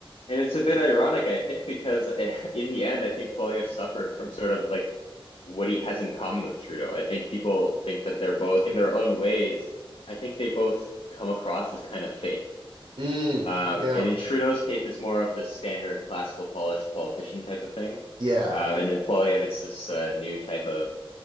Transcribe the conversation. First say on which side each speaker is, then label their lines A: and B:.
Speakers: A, on the left; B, on the right.
A: and it's a bit ironic, I think, because eh, in the end, I think Poilievre suffered from sort of like what he has in common with Trudeau. I think people think that they're both in their own ways. I think they both come across as kind of fake.
B: Mm,
A: Um,
B: yeah,
A: and in Trudeau's case, it's more of the standard classical polished politician type of thing.
B: yeah.
A: Um, and in Poilievre, it's this uh, new type of,